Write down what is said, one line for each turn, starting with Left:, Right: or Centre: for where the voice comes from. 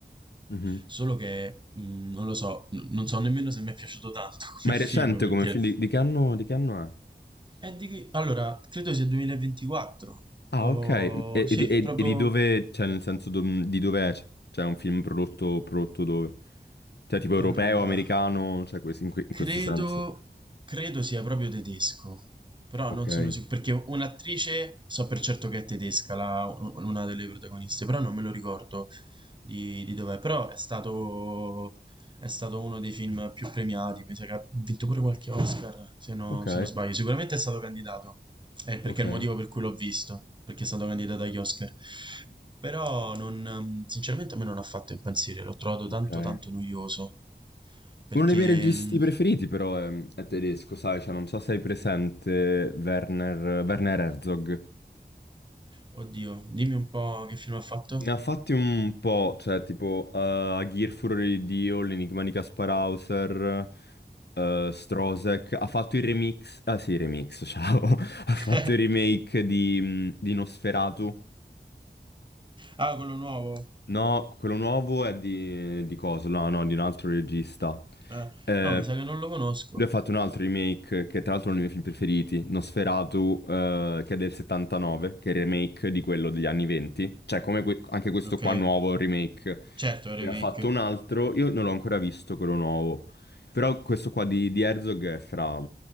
Left: Mhm.
Right: Solo che mh, non lo so, n- non so nemmeno se mi è piaciuto tanto <laughs>
Left: Ma
Right: come
Left: è recente
Right: film, perché
Left: come film? Di, di che anno, di che anno è?
Right: è di... Allora, credo sia 2024.
Left: Ah,
Right: Oh,
Left: ok. E,
Right: sì,
Left: e di e-
Right: proprio
Left: e di dove, cioè nel senso dom- di dove è? Cioè è un film prodotto, prodotto dove? Cioè tipo europeo,
Right: Allora,
Left: americano, cioè que- in, que- in
Right: credo,
Left: questo senso.
Right: credo sia proprio tedesco, però
Left: Ok.
Right: non sono sicuro, perché un'attrice so per certo che è tedesca, la- un- una delle protagoniste, però non me lo ricordo di, di dov'è, però è stato, è stato uno dei film più premiati, mi sa che ha vinto pure qualche Oscar, se no-
Left: Ok,
Right: se non sbaglio, sicuramente è stato candidato, eh, perché
Left: ok,
Right: è il motivo per cui l'ho visto, perché è stato candidato agli Oscar. Però non, sinceramente a me non ha fatto impazzire, l'ho trovato
Left: ok.
Right: tanto tanto noioso. Perché,
Left: Uno dei miei registi
Right: mh,
Left: preferiti però è, è tedesco, sai, cioè, non so se hai presente Werner, Werner Herzog.
Right: oddio, dimmi un po' che film ha fatto.
Left: Ne ha fatti un po', cioè tipo eh, Aghir, Furore di Dio, L'Enigma di Kaspar Hauser, eh, Strozek, ha fatto il remix, ah sì, remix, ciao, <laughs> ha
Right: <laughs>
Left: fatto il remake di, di Nosferatu,
Right: Ah, quello nuovo.
Left: No, quello nuovo è di, di coso, no, no, di un altro regista.
Right: Eh,
Left: Eh,
Right: no, mi sa che non lo conosco.
Left: lui ha fatto un altro remake, che tra l'altro è uno dei miei film preferiti, Nosferatu, eh, che è del 79, che è il remake di quello degli anni 20. Cioè, come que- anche questo
Right: Ok,
Left: qua nuovo è un remake.
Right: certo, è un
Left: Ne
Right: remake.
Left: ha fatto un altro, io non l'ho ancora visto quello nuovo, però questo qua di, di Herzog è fra,